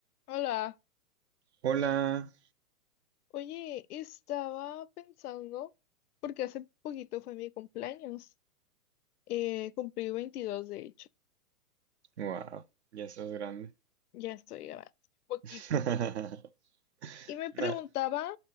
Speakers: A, on the left; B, on the right.
A: Hola,
B: Hola.
A: oye, estaba pensando, porque hace poquito fue mi cumpleaños, eh, cumplí 22 de hecho,
B: Wow, ya estás grande.
A: ya estoy grande, poquito.
B: <laughs>
A: Y me
B: Nah,
A: preguntaba